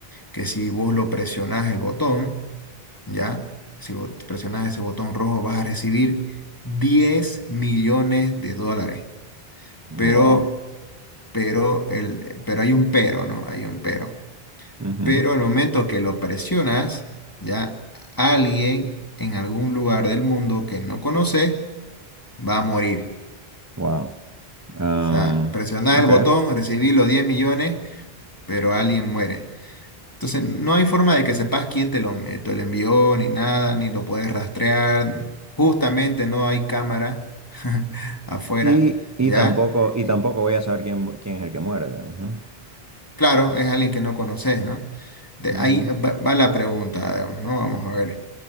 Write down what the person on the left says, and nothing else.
que si vos lo presionás el botón, ¿ya? Si vos presionás ese botón rojo, vas a recibir 10 millones de dólares.
Pero, pero, el, pero hay un pero, ¿no? Hay un pero.
Pero al momento que lo presionas, ¿ya? Alguien en algún lugar del mundo que no conoces, va a morir.
O sea, presionás
el botón, recibí los 10 millones, pero alguien muere. Entonces, no hay forma de que sepas quién te lo, eh, te lo envió, ni nada, ni lo puedes rastrear. Justamente no hay cámara <laughs> afuera,
¿ya?
Y,
claro, es alguien que no conoces, ¿no? De
ahí va, va la pregunta, digamos, ¿no? Vamos a ver.